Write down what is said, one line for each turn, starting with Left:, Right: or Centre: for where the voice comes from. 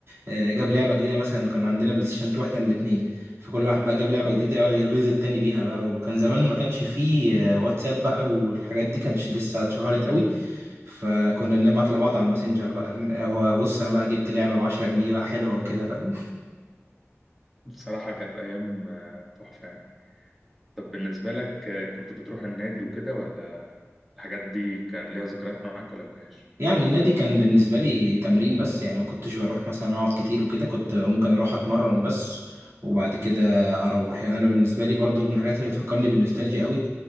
Right: آه، جاب لعبة جديدة مثلا كان عندنا بلاي ستيشن 2 احنا الاتنين فكل واحد بقى جاب لعبة جديدة يقعد يغيظ التاني بيها بقى وكان زمان ما كانش فيه آه، واتساب بقى والحاجات دي كانش لسه اتشهرت
Centre: مم.
Right: قوي فكنا بنبعت لبعض على الماسنجر بقى هو بص انا بقى جبت لعبة ب 10 جنيه بقى حلوة وكده فاهم
Centre: بصراحة كانت أيام آه، تحفة يعني طب بالنسبة لك آه، كنت بتروح النادي وكده ولا الحاجات دي كان ليها ذكريات معاك ولا ملهاش؟
Right: يعني النادي كان بالنسبة لي تمرين بس يعني ما كنتش بروح مثلا أقعد كتير وكده كنت ممكن أروح أتمرن بس وبعد كده أروح يعني أنا بالنسبة لي برضو من الحاجات اللي بتفكرني بالنوستالجيا قوي